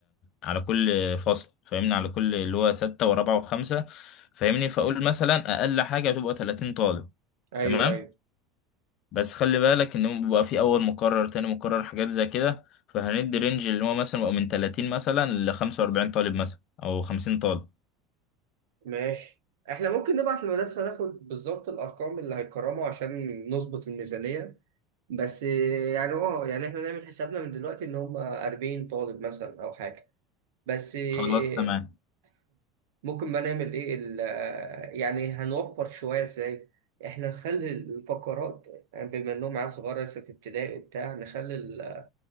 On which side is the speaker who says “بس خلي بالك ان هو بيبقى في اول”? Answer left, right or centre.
Left